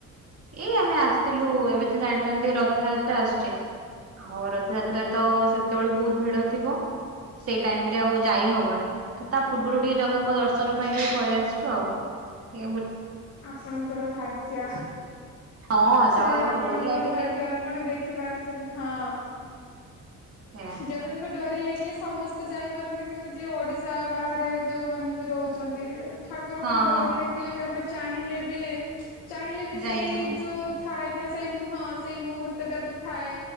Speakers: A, on the right (about 50°); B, on the left (about 80°).
A: ଏଇ ଆମେ ଆସଥିଲୁ ଏବେ ତ ଜାଣିଛନ୍ତି ରଥଯାତ୍ରା ଆସୁଛେ? ହଉ ରଥଯାତ୍ରା ତ ସେତେବେଳ ବହୁତ ଭିଡ ଥିବ? ସେଇ ଟାଇମ ରେ ଆଉ ଯାଇ ହବନି ତ ତା ପୂର୍ବରୁ ଟିକେ ଜଗାଙ୍କ ଦର୍ଶନ ପାଇଁ ଟିକେ ପଳେଇ ଆସିଛୁ ଆଉ। ଏ ୟା ବି
B: ଆପଣଙ୍କର ଭାଗ୍ୟ।
A: ହଁ
B: ସେ
A: ଜଗାଙ୍କ
B: ଆପଣଙ୍କର
A: ଡୋରି ଲାଗିଲେ
B: ଭାଗ୍ୟ ଆପଣ ଦେଖି ପାରୁଛନ୍ତି ହଁ।
A: ସେଇଆ।
B: ଜଗାଙ୍କ ଡୋରି ଲାଗିଲେ ସମସ୍ତେ ଯାଇପାରନ୍ତି କିନ୍ତୁ ଯିଏ ଓଡ଼ିଶା ବାହାରେ ଯେଉଁମାନେ ବି ରହୁଛନ୍ତି ଠାକୁରଙ୍କୁ
A: ହଁ
B: ଡୋରି
A: ହଁ
B: ଲାଗିଲେ ବି ଆମେ ଚାହିଁଲେ ବି ଚାହିଁଲେ ବି
A: ଯାଇ
B: ସେଇ
A: ହୁଏନି
B: ଯୋଉ ଥାଏ ନା ସେଇ ମୁହଁ ସେଇ ମୁହୂର୍ତ୍ତଟା ଯୋଉ ଥାଏ